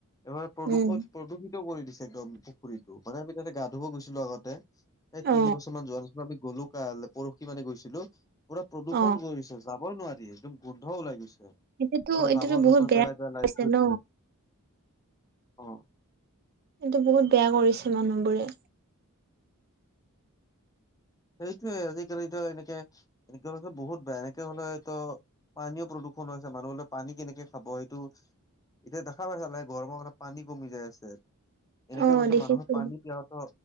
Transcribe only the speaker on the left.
এইবাৰ প্ৰদূষণ
প্ৰদূষিত কৰি দিছে একদম পুখুৰীটো। মানে আমি তাতে গা ধুব গৈছিলো আগতে এই
তিনি বছৰ মান যোৱা নাছিলো আমি গ'লো কাই পৰখি মানে গৈছিলো। পুৰা প্ৰদূষণ
কৰিছে যাবই নোৱাৰি একদম গোন্ধ ওলাই গৈছে।
পৰা
জাবৰ
জোথৰ
পেলাই, পেলাই
থৈদিছে।
<unintelligible>
সেইটোৱে আজিকালিতো এনেকে, এনেকে বহুত বেয়া এনেকে হলেত পানীও প্ৰদূষণ হৈছে মানুহবিলাকে পানী কেনেকে খাব সেইটো এতিয়া দেখা পাইছে গৰমৰ কাৰণে পানী কমি যায় আছে। এনেকে
হ'লে চোন
মানুহৰ পানী পিয়াহ'ত